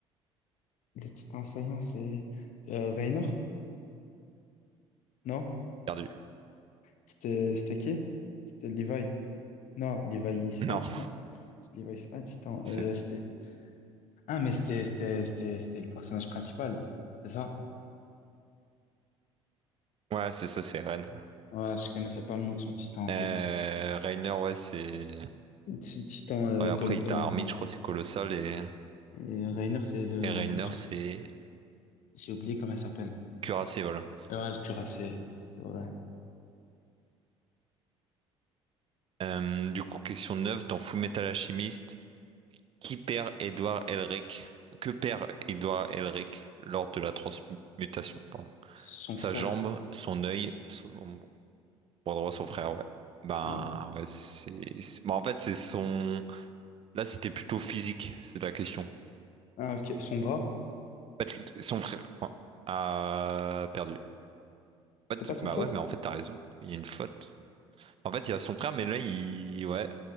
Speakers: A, on the left; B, on the right.
A: petit enseignant, c'est euh, Raynor? Non?
B: Perdu.
A: C'était c'était qui? C'était Levi. Non, Levi, c'est
B: Non,
A: pas un titan.
B: <laughs>
A: C'est Levi, c'est pas un titan.
B: c'est...
A: Euh, c'était... Ah, mais c'était c'était c'était c'était le personnage principal, c'est ça?
B: Ouais, c'est ça, c'est Eren.
A: Ouais, je connaissais pas le nom de son titan en
B: Euh,
A: fait.
B: Reiner, ouais, c'est...
A: Ce titan euh,
B: Ouais, après,
A: Col-
B: t'as
A: euh,
B: Armin, je crois, c'est colossal, et,
A: et Raynor, c'est le...
B: et Reiner, c'est
A: J'ai oublié comment il s'appelle.
B: cuirassé, voilà.
A: Ouais, le cuirassé. C'est vrai.
B: Euh, du coup, question 9 dans Full Metal Alchemist qui perd Edward Elric? Que perd Edward Elric lors de la transmutation, pardon?
A: Son
B: Sa
A: frère.
B: jambe, son œil, son bon, bras droit, son frère, ouais. Ben,
A: Ouais.
B: ouais, c'est... c'est- ben, en fait, c'est son... Là, c'était plutôt physique, c'est la question.
A: Ah, ok. Son bras?
B: En fait, son frère ouais, a perdu.
A: C'était
B: En fait,
A: pas son
B: bah
A: frère?
B: ouais, mais en fait, t'as raison. Il y a une faute. En fait, il y a son frère, mais là, il... Ouais.